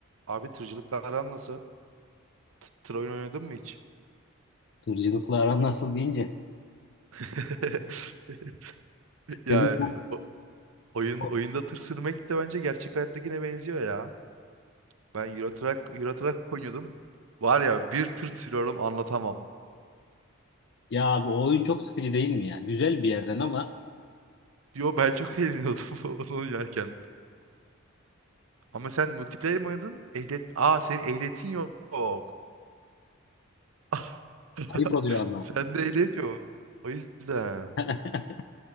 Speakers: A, on the right; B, on the left.
A: Abi tırcılıkla aran nasıl? T- Tır oyun oynadın mı hiç?
B: Tırcılıkla aran nasıl deyince
A: <laughs> Yani
B: dedim bu
A: o- oyun
B: bu-
A: oyunda tır sürmek de bence gerçek hayattakine benziyor ya. Ben Euro Truck, Euro Truck oynuyordum. Var ya bir tır sürüyorum anlatamam.
B: ya abi o oyun çok sıkıcı değil mi ya? Güzel bir yerden ama
A: Yo ben çok eğleniyordum <laughs> onu oynarken. Ama sen multiplayer mi oynadın? Ehliyet... Aa senin ehliyetin yok. <laughs>
B: ayıp oluyor ama.
A: Sende ehliyet yok. O yüzden.
B: <laughs>